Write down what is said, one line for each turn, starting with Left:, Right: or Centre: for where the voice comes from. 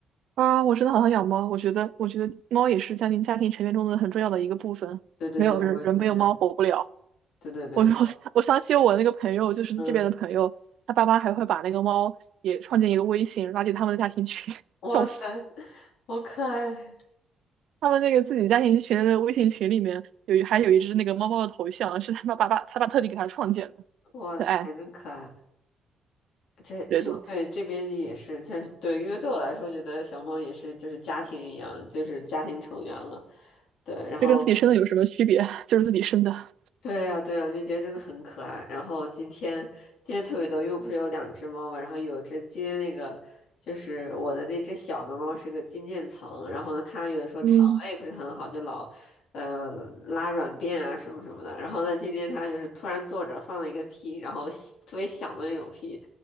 Right: 啊，我真的好想养猫。我觉得，我觉得猫也是家庭家庭成员中的很重要的一个部分。
Left: 对对对，
Right: 没有人，
Left: 我也觉得，
Right: 人没有猫活不了。
Left: 对对对，
Right: 我我我相信我那个朋友，
Left: 就
Right: 就是这边的朋友，
Left: 嗯，
Right: 他爸妈还会把那个猫也创建一个微信，拉进他们的家庭群。<laughs>
Left: 哇塞，
Right: 笑死！
Left: 好可爱，
Right: 他们那个自己家庭群的微信群里面有一还有一只那个猫猫的头像，是他爸爸爸他爸特地给他创建的，
Left: 哇塞，
Right: 可爱
Left: 真可爱。这就对这边也是，
Right: 阅读。
Left: 这对，因为对我来说，觉得小猫也是就是家庭一样，就是家庭成员了。对，然后
Right: 这跟自己生的有什么区别？<laughs> 就是自己生的。
Left: 对呀，对呀，就觉得真的很可爱。然后今天今天特别逗，因为我不是有两只猫嘛，然后有只今天那个就是我的那只小的猫是个金渐层，然后呢，它有的时候肠胃不是很好，
Right: 嗯，
Left: 就老呃拉软便啊什么什么的。然后呢，今天它就是突然坐着放了一个屁，然后吸特别响的那种屁，